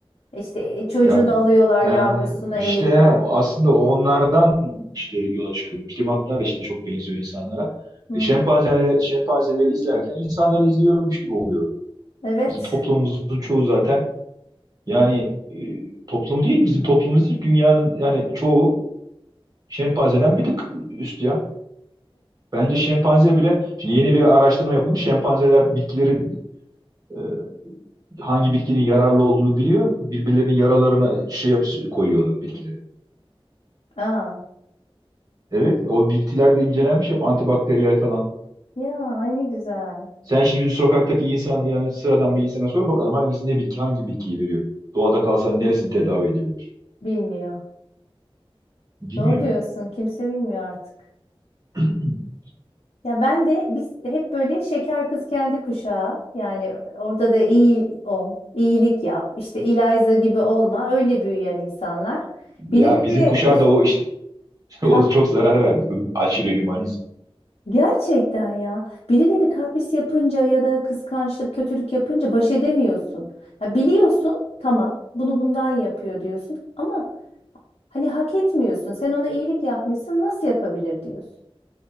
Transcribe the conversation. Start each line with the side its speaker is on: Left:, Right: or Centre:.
Left: İşte e, çocuğunu
Right: Ya i-
Left: alıyorlar
Right: ha,
Left: yavrusunu
Right: işte
Left: elinden.
Right: aslında onlardan işte yola çıkıyorum. Primatlar işte çok benziyor insanlara.
Left: Hı
Right: E, şempanzeleri,
Left: hı.
Right: şempanzeleri izlerken insanları izliyormuş gibi oluyorum.
Left: Evet.
Right: Bizim toplumumuzun çoğu zaten yani e, toplumu değil bizim toplumumuz değil dünyanın yani çoğu Şempanzeden bir tık üst ya. Bence şempanze bile şimdi yeni bir araştırma yapılmış. Şempanzeler bitkilerin e, hangi bitkinin yararlı olduğunu biliyor. Birbirlerinin yaralarına şey yap koyuyorlar bitkileri.
Left: Aa,
Right: Evet, o bitkiler de incelenmiş hep antibakteriyel falan.
Left: ya ay ne güzel.
Right: Sen şimdi bir sokaktaki insan yani sıradan bir insana sor bakalım hangisi ne bitki hangi bitkiyi veriyor. Doğada kalsa neresini tedavi edebilir?
Left: Bilmiyor.
Right: Bilmiyor.
Left: Doğru diyorsun. Kimse bilmiyor artık.
Right: <clears throat>
Left: Ya ben de biz hep böyle şeker kız kendi kuşağı yani orada da iyi ol, iyilik yap, işte Eliza gibi olma öyle büyüyen insanlar.
Right: Ya
Left: Birileri
Right: bizim kuşağa
Left: eh,
Right: da o işte <laughs>
Left: kap
Right: o çok zarar verdi. Aşırı hümanizm.
Left: gerçekten ya birileri kapris yapınca ya da kıskançlık kötülük yapınca baş edemiyorsun. Ya biliyorsun tamam bunu bundan yapıyor diyorsun ama hani hak etmiyorsun sen ona iyilik yapmışsın nasıl yapabilir diyorsun.